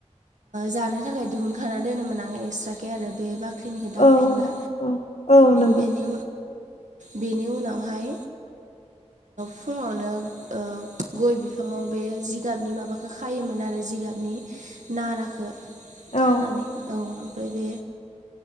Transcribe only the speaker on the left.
औ औ औ नंगौ
औ